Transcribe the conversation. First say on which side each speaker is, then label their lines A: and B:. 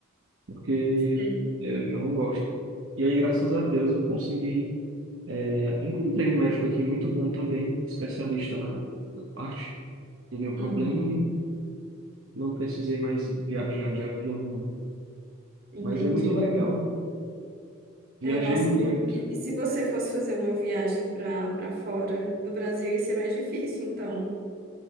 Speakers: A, on the right (about 70°); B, on the right (about 45°).
A: porque
B: sei.
A: eh, eu não gosto. E aí, graças a Deus, eu consegui É, encontrei um médico aqui muito bom também, especialista na, na parte do meu problema
B: Uhum.
A: e não precisei mais viajar de avião, não.
B: Entendi.
A: Mas é muito legal.
B: É,
A: Viajei
B: nossa,
A: muito.
B: mas e, e se você fosse fazer uma viagem para para fora do Brasil, ia ser mais difícil, então,